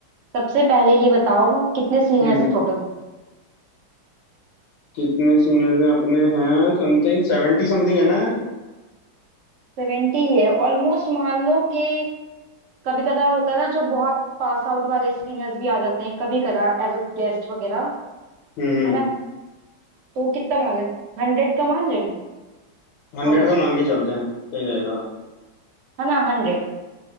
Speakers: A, on the right; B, on the left.
A: सबसे पहले ये बताओ कितने सीनियर्स
B: हम्म
A: है टोटल
B: कितने सीनियर से अपने हैं समथिंग सेवेंटी समथिंग है ना यार
A: सेवेंटी है ऑलमोस्ट मान लो कि कभी कदार होता है ना जो बहुत पास आउट वाले सीनियर्स भी आ जाते हैं कभी कदार एज अ गेस्ट वगैरह
B: हम्म हम्म।
A: है ना तो कितना मान ले हंड्रेड का मान ले
B: हंड्रेड
A: टोटल
B: का मान के चलते हैं सही रहेगा
A: है ना हंड्रेड